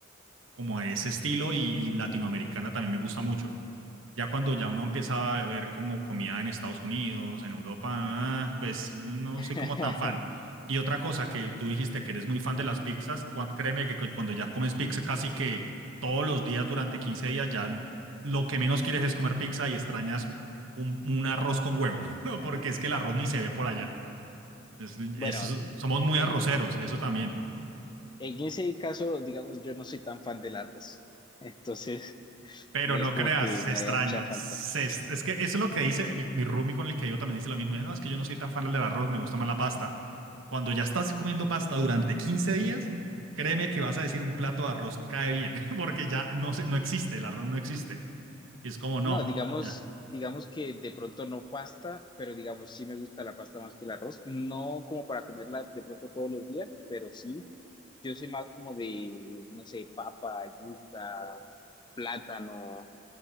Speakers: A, on the right (about 75°); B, on the left (about 20°).
A: como a ese estilo y, y latinoamericana también me gusta mucho. Ya cuando ya uno empieza a ver como comida en Estados Unidos, en Europa, ah, pues no
B: <laughs>
A: soy como tan fan. Y otra cosa que tú dijiste que eres muy fan de las pizzas, cuan- créeme que cu- cuando ya comes pizza casi que todos los días durante 15 días, ya lo que menos quieres es comer pizza y extrañas un, un arroz con huevo, <laughs> porque es que el arroz ni se ve por allá. Es-
B: Bueno,
A: es- somos
B: eh,
A: muy arroceros, eso también.
B: en ese caso, digamos, yo no soy tan fan del arroz, <laughs> entonces
A: Pero
B: no
A: no
B: es como
A: creas,
B: que
A: se
B: me
A: extraña.
B: haga mucha falta.
A: se es es que eso es lo que dice mi, mi roomie con el que yo también dice lo mismo. Dice, no, es que yo no soy tan fan del arroz, me gusta más la pasta. Cuando ya estás comiendo pasta durante 15 días, créeme que vas a decir un plato de arroz cae bien, <laughs> porque ya no, se- no existe, el arroz no existe. Y es como, no,
B: No, digamos,
A: ya.
B: digamos que de pronto no pasta, pero digamos sí me gusta la pasta más que el arroz. No como para comerla de pronto todos los días, pero sí. Yo soy más como de, no sé, papa, yuca, plátano,